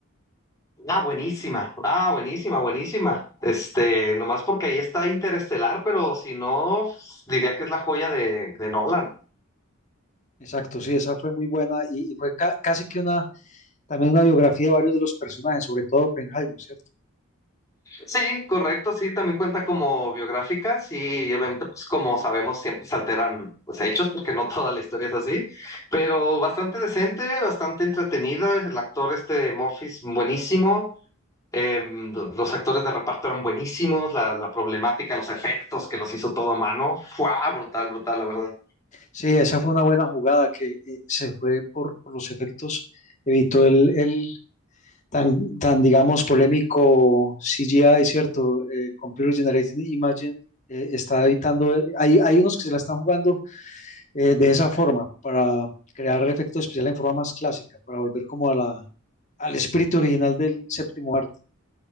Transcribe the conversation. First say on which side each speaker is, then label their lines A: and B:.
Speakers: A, on the left; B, on the left.
A: Ah, buenísima, ah, buenísima, buenísima. Este, nomás porque ahí está Interestelar, pero si no, diría que es la joya de, de Nolan.
B: Exacto, sí, esa fue muy buena y, y fue ca- casi que una También una biografía de varios de los personajes, sobre todo Oppenheimer, ¿cierto?
A: Sí, correcto, sí, también cuenta como biográfica, sí, obviamente, pues como sabemos, siempre se alteran pues, hechos, porque no toda la historia es así, pero bastante decente, bastante entretenida, el actor este Murphy es buenísimo, eh, lo- los actores de reparto eran buenísimos, la, la problemática, los efectos que los hizo todo a mano, fue brutal, brutal, la verdad.
B: Sí, esa fue una buena jugada que eh, se fue por, por los efectos, evitó el, el tan, tan, digamos, polémico CGI, ¿cierto? Eh, Computer Generated Image eh, está evitando, hay, hay unos que se la están jugando eh, de esa forma, para crear efectos especiales en forma más clásica, para volver como a la, al espíritu original del séptimo arte.